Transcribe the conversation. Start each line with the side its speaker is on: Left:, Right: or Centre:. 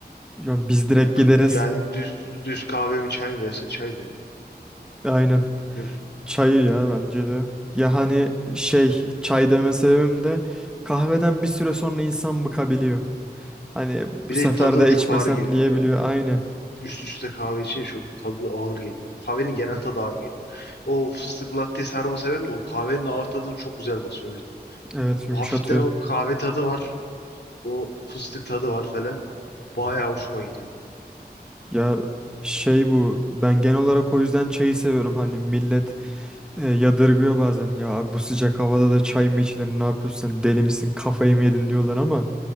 Centre: Ya biz direkt
Left: Ya, k-
Centre: gideriz.
Left: yani düz düz kahve mi çay mı dersen çay derim.
Centre: Aynen.
Left: Yok.
Centre: Çayı ya bence de. Ya hani şey çay deme sebebim de kahveden bir süre sonra insan bıkabiliyor. Hani bu
Left: Bir
Centre: sefer
Left: de tadı
Centre: de
Left: da çok
Centre: içmesem
Left: ağır geliyor
Centre: diyebiliyor.
Left: yani.
Centre: Aynen.
Left: Üst üste kahve için çok tadı ağır geliyor. Kahvenin genel tadı ağır geliyor. O fıstıklı latte sarma sebebim de o kahvenin ağır tadını çok güzel basıyor o yüzden.
Centre: Evet
Left: O
Centre: yumuşatıyor.
Left: hafiften o kahve tadı var. O fıstık tadı var falan. Bayağı hoşuma gidiyor.
Centre: Ya şey bu ben genel olarak o yüzden çayı seviyorum hani millet e, yadırgıyor bazen ya abi bu sıcak havada da çay mı içilir ne yapıyorsun sen deli misin kafayı mı yedin diyorlar ama